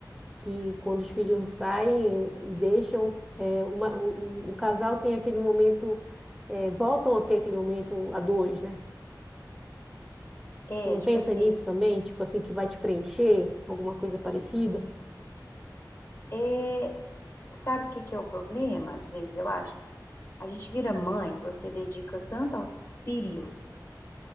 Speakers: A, in the centre; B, on the left.
A: que quando os filhos saem, deixam é, uma- o, o- o casal tem aquele momento, é, voltam a ter aquele momento a dois, né?
B: É,
A: Tu não
B: tipo
A: pensa
B: assim,
A: nisso também? Tipo assim, que vai te preencher, alguma coisa parecida?
B: é, sabe o que que é o problema? Às vezes, eu acho. A gente vira mãe, você dedica tanto aos filhos